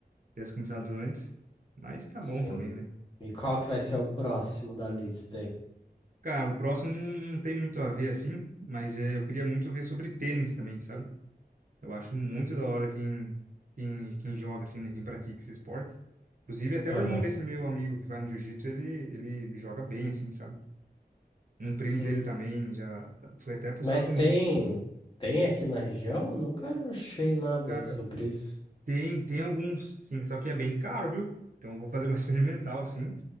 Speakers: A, on the right; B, on the left.
A: Tivesse começado antes, mas tá bom
B: Sim.
A: também, né?
B: E qual que vai ser o próximo da lista aí?
A: Cara, o próximo não não tem muito a ver assim, mas é, eu queria muito ver sobre tênis também, sabe? Eu acho muito da hora quem, quem, quem joga, assim, né? Quem pratica esse esporte. Inclusive, até
B: Aham.
A: o irmão desse meu amigo que vai no jiu-jitsu, ele, ele joga bem, assim, sabe? Um primo
B: Sim,
A: dele
B: sim.
A: também já tá- foi até para
B: Mas
A: os Estados Unidos.
B: tem, tem aqui na região? Nunca achei nada
A: Cara,
B: sobre isso.
A: tem, tem alguns, sim, só que é bem caro, viu? Então, eu vou fazer uma <laughs> experimental, assim.